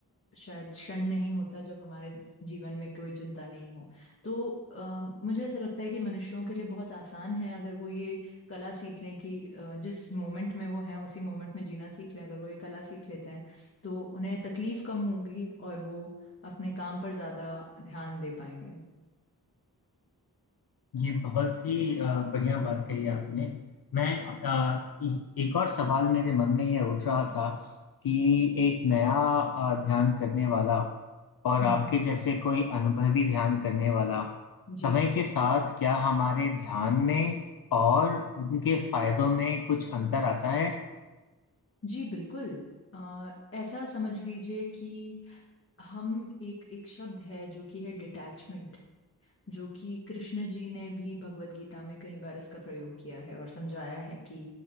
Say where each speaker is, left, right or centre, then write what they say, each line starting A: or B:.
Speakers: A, on the left; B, on the left.
A: शायद क्षण नहीं होता जब हमारे जीवन में कोई चिंता नहीं हो तो अ, मुझे ऐसा लगता है कि मनुष्यों के लिए बहुत आसान है अगर वो ये कला सीख लें कि अ, जिस मोमेंट में वो हैं उसी मोमेंट में जीना सीख लें अगर वो ये कला सीख लेते हैं तो उन्हें तकलीफ कम होगी और वो अपने काम पर ज्यादा ध्यान दे पाएंगे
B: ये बहुत ही अ, बढ़िया बात कही आपने मैं अ, ए- एक और सवाल मेरे मन में ये उठ रहा था कि एक नया अ, ध्यान करने वाला और
A: हम्म
B: आपके जैसे कोई अनुभवी ध्यान करने वाला
A: जी
B: समय के साथ क्या हमारे ध्यान में और उनके फायदों में कुछ अंतर आता है
A: जी बिल्कुल अ, ऐसा समझ लीजिए कि हम एक एक शब्द है जो कि है डिटैचमेंट जो कि कृष्ण जी ने भी भगवत गीता में कई बार इसका प्रयोग किया है और समझाया है कि